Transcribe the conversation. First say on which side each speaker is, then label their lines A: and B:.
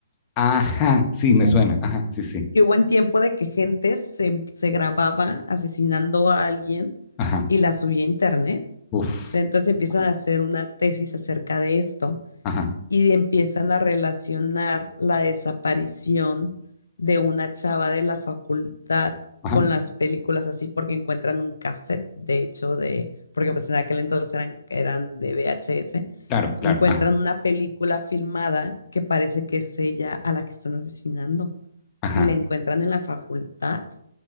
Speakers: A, on the left (about 25°); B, on the left (about 80°).
A: Ajá, sí, me
B: O sea,
A: suena, ajá, sí, sí,
B: que hubo un tiempo de que gente se, se grababa asesinando a alguien
A: ajá,
B: y la subía a internet. O
A: uf,
B: sea, entonces empiezan
A: ajá,
B: a hacer una tesis acerca de esto
A: ajá,
B: y empiezan a relacionar la desaparición de una chava de la facultad
A: ajá,
B: con las películas así porque encuentran un cassette, de hecho, de, porque pues en aquel entonces eran, eran de VHS,
A: Claro, claro,
B: encuentran
A: ajá,
B: una película filmada que parece que es ella a la que están asesinando
A: ajá,
B: y la encuentran en la facultad